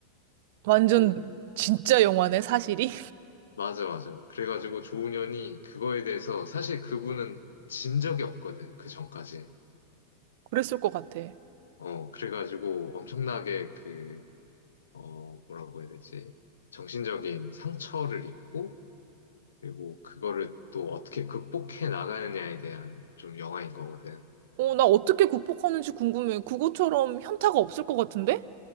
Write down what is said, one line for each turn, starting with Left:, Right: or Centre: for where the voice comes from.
Right: 완전
Left: 그,
Right: 진짜 영화네, 사실이.
Left: 맞아, 맞아. 그래가지고 조훈현이 그거에 대해서 사실 그분은 진 적이 없거든. 그 전까지.
Right: 그랬을 것 같아.
Left: 어, 그래가지고 엄청나게 그 어, 뭐라고 해야 되지? 정신적인 상처를 입고, 그리고 그거를 또 어떻게 극복해 나가느냐에 대한 좀 영화인 거거든.
Right: 어, 나 어떻게 극복하는지 궁금해. 그거처럼 현타가 없을 것 같은데?